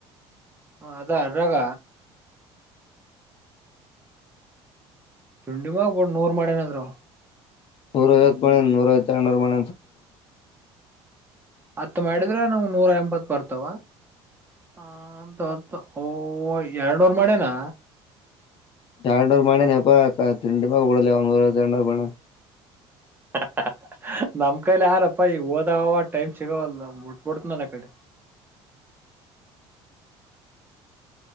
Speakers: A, on the right (about 15°); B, on the left (about 50°).
A: ಹ ಅದ ಅರಾಗ ತಿಂಡಿ ಮಾಗಬೋಡ್ ನೂರ್ ಮಾಡ ನಾದ್ರು
B: ನೂರೋ ಇ ಬ ನೂರೋ ಚ ನರ ಬಣ
A: ಹತ್ ಮಾಡಿದ್ರೆ ನಾವು ನೂರ ಎಂಬತ್ ಬರ್ತಾವ ಹ ಅಂತ ಅತ್ತು ಎರಡವರ್ ಮಾಡ್ಯನಾ.
B: ತಾರೊಂಡೂರು ಮಾನ ಅಪ್ಪ ತಿಂಡಿಮ ಕೂಡಲ ಒಂದ ತರೊಂಡರ ಮಾನ.
A: ಹ ಹ ನಮ್ ಕೈಲಿ ಅಗಲಪ ಈಗ ಹ ಓದವ ಟೈಮ್ ಸಿಗಾವಲ್ಲ ಮುಟ್ಬಡ್ತ ನನ್ ಆ ಕಡೆ.
B: <unintelligible>